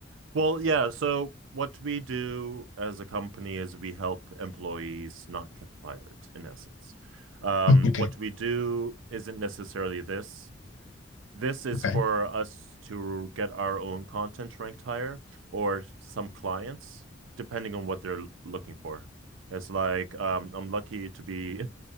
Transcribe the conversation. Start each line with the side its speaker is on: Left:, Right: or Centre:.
Right: Well, yeah. So what we do as a company is we help employees not get fired, in essence. Um,
Left: <laughs> okay,
Right: what we do isn't necessarily this. This is
Left: okay.
Right: for us to get our own content ranked higher or some clients, depending on what they're looking for. It's like um, I'm lucky to be